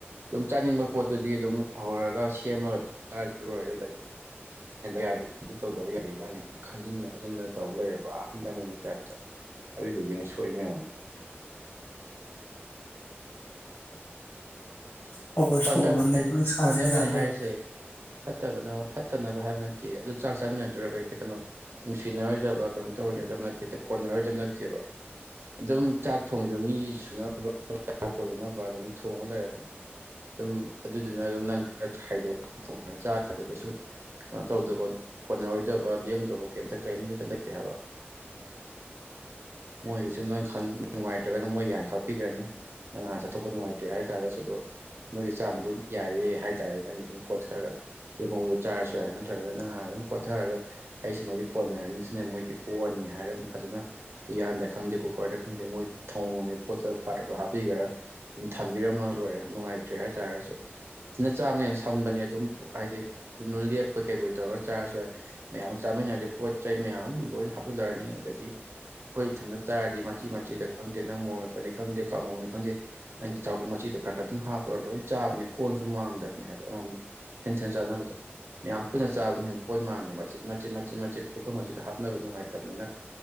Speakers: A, on the right; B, on the left.
A: ꯑꯗꯨꯝ ꯆꯥꯅꯤꯡꯕ ꯄꯣꯠꯇꯨꯗꯤ ꯑꯗꯨꯝ ꯍꯧꯔꯒ ꯁꯦꯝꯃꯒꯔ ꯂꯣꯏꯔꯦ ꯑꯗꯨ ꯌꯥꯗꯦ ꯇꯧꯗꯕ ꯌꯥꯗꯦ ꯅꯪꯦ ꯈꯟꯖꯤꯟꯗꯅ ꯈꯣꯠꯆꯤꯟꯗꯅ ꯇꯧ ꯂꯣꯏꯔꯦꯕ ꯑꯍꯜ ꯂꯃꯟꯒꯤ ꯇꯥꯏꯞꯇ ꯑꯗꯨꯏꯗꯨꯒꯤꯅꯦ ꯁꯣꯛꯏ ꯃꯌꯥꯝꯅ
B: ꯎ ꯑꯣꯕ
A: ꯐꯅꯕ
B: ꯁꯣꯛꯑꯕꯅꯤ
A: ꯍꯥꯏ
B: ꯃꯣꯏ ꯁꯥꯖ
A: ꯐꯅꯕꯅꯦ
B: ꯌꯥꯗ꯭ꯔꯕꯅꯤ
A: ꯍꯥꯏꯔꯤꯁꯦ ꯐꯠꯇꯕꯅ ꯐꯠꯇꯅꯕ ꯍꯥꯏꯕ ꯅꯠꯇꯦ ꯑꯗꯨ ꯆꯥꯛ ꯆꯥꯃꯤꯟꯅꯗ꯭ꯔꯒ ꯍꯦꯛꯇ ꯀꯩꯅꯣ ꯅꯨꯡꯁꯤꯅꯔꯣꯏꯗꯕ ꯀꯩꯅꯣ ꯇꯧꯔꯔꯣꯏꯗꯕ ꯅꯠꯇꯦ ꯍꯦꯛꯇ ꯀꯣꯟꯅꯔꯣꯏꯗꯕ ꯅꯠꯇꯦꯕ ꯑꯗꯨꯝ ꯆꯥꯛ ꯊꯣꯡꯉꯤꯕ ꯃꯤ ꯁꯨꯅꯕ ꯀꯣꯟꯅꯅꯕ ꯑꯗꯨꯝ ꯊꯣꯡꯉ ꯂꯩꯔꯕꯅꯤ ꯑꯗꯨꯝ ꯑꯗꯨꯗꯨꯅ ꯑꯗꯨꯝ ꯅꯪ ꯈꯔꯗꯣꯛꯑ ꯆꯥ ꯀꯩꯁꯨ ꯀꯩꯅꯣ ꯇꯧꯗꯕ ꯀꯣꯟꯅꯔꯣꯏꯗꯕ ꯂꯦꯝꯗꯕ ꯀꯩꯝꯇ ꯀꯔꯤꯝꯇꯇ ꯂꯩꯇꯦ ꯍꯥꯏꯕ ꯃꯣꯏꯒꯤꯁꯨ ꯅꯣꯏ ꯅꯨꯡꯉꯥꯏꯇ꯭ꯔꯒꯅ ꯃꯣꯏꯒꯤ ꯍꯥꯏꯅ ꯈꯥꯛꯄꯤꯈ꯭ꯔꯅꯤ ꯅꯪ ꯉꯥꯟꯅ ꯆꯠꯊꯣꯛꯄ ꯅꯨꯡꯉꯥꯏꯇ꯭ꯔꯦ ꯍꯥꯏ ꯇꯥꯔꯒꯁꯨ ꯑꯗꯨꯗꯣ ꯃꯣꯏꯒꯤ ꯆꯥꯡꯗꯨ ꯌꯥꯔꯦ ꯍꯥꯏ ꯇꯥꯔꯦ ꯅꯪꯒꯤ ꯑꯗꯨꯝ ꯀꯣꯠꯊꯔꯒ ꯂꯦꯝꯍꯧꯗꯣ ꯆꯥꯔꯁꯨ ꯌꯥꯔꯦ ꯅꯠꯇ꯭ꯔꯒꯅ ꯅꯪ ꯅ ꯍꯥꯟꯅ ꯑꯗꯨꯝ ꯀꯣꯠꯊꯔꯒ ꯑꯩ ꯁꯨꯃꯥꯏꯗꯤ ꯀꯣꯟꯅꯔꯅꯤ ꯁꯤꯅ ꯃꯣꯏꯒꯤ ꯑꯣꯑꯅꯤ ꯍꯥꯏꯔꯒ ꯑꯗꯨꯝ ꯐꯖꯅ ꯎꯌꯥꯟꯗ ꯈꯪꯗꯦ ꯀꯨꯀꯔꯗ ꯈꯪꯗꯦ ꯃꯣꯏ ꯊꯣꯡꯝꯉꯝꯃꯤꯕ ꯄꯣꯠꯇꯨꯣ ꯄꯥꯇ꯭ꯔꯗꯣ ꯍꯥꯞꯄꯤꯈ꯭ꯔ ꯑꯗꯨꯝ ꯊꯝꯕꯤꯔꯝꯃꯒ ꯂꯣꯏꯔꯦ ꯅꯨꯡꯉꯥꯏꯇ꯭ꯔꯦ ꯍꯥꯏꯇꯥꯥꯔꯒꯁꯨ ꯐꯖꯅ ꯆꯥꯕꯅꯦꯅ ꯁꯝꯕꯅꯦ ꯑꯗꯨꯝ ꯍꯥꯏꯗꯤ ꯑꯗꯨꯝ ꯂꯦꯞꯄꯣꯏ ꯀꯩꯕꯣꯏ ꯇꯧꯔꯒ ꯆꯥꯔꯁꯨ ꯌꯥꯏ ꯃꯌꯥꯝ ꯆꯥꯃꯤꯟꯅꯔꯗꯤ ꯄꯣꯠ ꯆꯩ ꯃꯌꯥꯝ ꯂꯣꯏꯅ ꯍꯥꯞꯆꯤꯜꯂꯔꯅꯤ ꯑꯗꯒꯤ ꯍꯣꯏ ꯊꯟꯗ ꯆꯥꯔꯗꯤ ꯃꯆꯤ ꯃꯆꯤꯗ ꯈꯪꯗꯦ ꯅꯪ ꯃꯣꯔꯝꯛꯄꯅꯤ ꯈꯪꯗꯦ ꯀꯥꯡꯉꯧꯅꯤ ꯈꯪꯗꯦ ꯅꯪꯒꯤ ꯆꯥꯛꯂꯛ ꯃꯆꯤꯗꯣ ꯈꯔ ꯈꯔ ꯑꯗꯨꯝ ꯍꯥꯞꯄꯒ ꯂꯣꯏ ꯆꯥꯕꯅꯤ ꯀꯣꯟꯁꯨ ꯃꯥꯡꯗꯕꯅꯤ ꯍꯥꯏꯕ ꯑꯃꯃꯝ ꯁꯦꯟ ꯁꯦꯟ ꯆꯥꯅꯕꯗꯣ ꯃꯌꯥꯝ ꯄꯨꯟꯅ ꯆꯥꯕꯅꯤ ꯅ ꯀꯣꯟ ꯃꯥꯡꯗꯦ ꯃꯆꯦꯠ ꯃꯆꯦꯠ ꯃꯆꯦꯠ ꯃꯆꯦꯠ ꯄꯨꯈꯔ ꯃꯆꯤꯗ ꯍꯥꯞꯅꯕ ꯅꯨꯡꯉꯥꯏꯇꯕꯅꯤꯅ